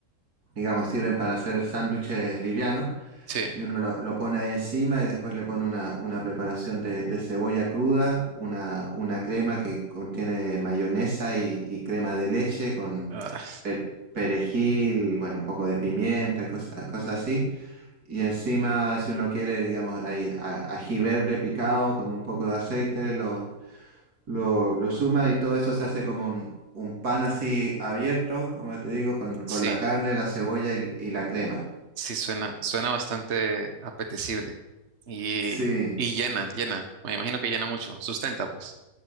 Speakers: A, on the right (about 85°); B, on the right (about 45°).
A: digamos, sirven para hacer sándwiches livianos.
B: sí,
A: Y uno lo, lo pone ahí encima y después le pone una, una preparación de, de cebolla cruda, una, una crema que contiene mayonesa y, y crema de leche con
B: ah,
A: per- perejil, bueno, un poco de pimienta, cosas, cosas así. Y encima, si uno quiere, digamos, hay a- ají verde picado con un poco de aceite, lo, lo, lo suma y todo eso se hace como un, un pan así abierto, como te digo, con, con
B: sí,
A: la carne, la cebolla y, y la crema.
B: sí, suena, suena bastante apetecible y...
A: Sí,
B: Y llena, llena. Me imagino que llena mucho. Sustenta, pues.